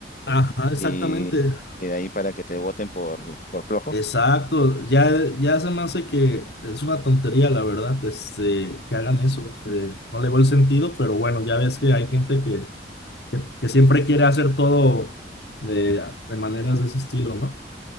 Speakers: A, on the left; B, on the left.
A: Ajá, exactamente.
B: Y, y de ahí para que te voten por, por flojo.
A: Exacto. Ya, ya se me hace
B: Mm.
A: que es una tontería, la verdad, este, que hagan eso. Eh, no le veo el sentido, pero bueno, ya ves que hay gente que, que, que siempre quiere hacer todo de, de maneras de ese estilo, ¿no?